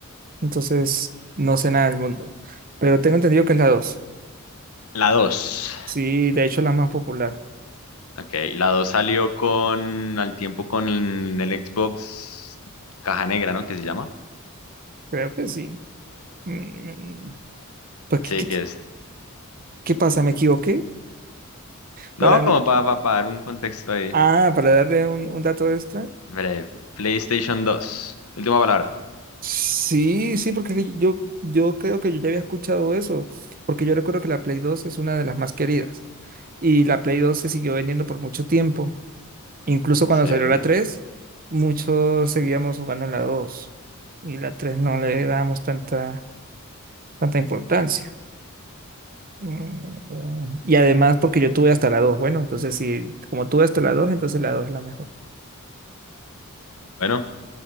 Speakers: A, on the right; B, on the left.
A: entonces no sé nada del mundo. Pero tengo entendido que es la dos
B: La 2.
A: Sí, de hecho la más popular.
B: Ok, la dos salió con, al tiempo con el Xbox Caja Negra, ¿no? ¿Qué se llama.
A: Creo que sí. Mm, Pues, ¿qué,
B: Sí, que
A: qué-
B: es.
A: qué pasa? ¿Me equivoqué? Para
B: No,
A: mí.
B: como para dar un contexto ahí.
A: Ah, para darle un, un dato extra.
B: Breve. PlayStation dos Última palabra.
A: Sí, sí, porque es que yo, yo creo que yo ya había escuchado eso. Porque yo recuerdo que la Play 2 es una de las más queridas. Y la Play 2 se siguió vendiendo por mucho tiempo. Incluso cuando
B: Sí.
A: salió la 3 muchos seguíamos jugando en la dos Y la 3 no le dábamos tanta tanta importancia. Mm, Y además porque yo tuve hasta la dos bueno, entonces si como tuve hasta la dos entonces la dos es la mejor.
B: Bueno,